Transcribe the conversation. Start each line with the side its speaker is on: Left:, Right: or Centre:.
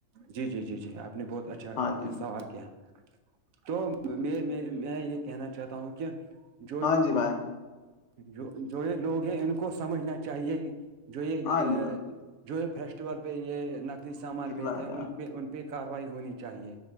Right: جی جی جی جی آپ نے بہت اچھا
Left: ہاں جی بھائی
Right: سوال کیا تو میں میں یہ کہنا چاہتا ہوں کہ جو
Left: ہاں جی بھائی
Right: جو جو یہ لوگ ہیں ان کو سمجھنا چاہیے جو یہ
Left: ہاں جی بھائی
Right: جو یہ فیسٹیول پہ یہ نقلی سامان
Left: جی
Right: بیچ
Left: بھائی جان
Right: ان پہ کاروائی ہونی چاہیے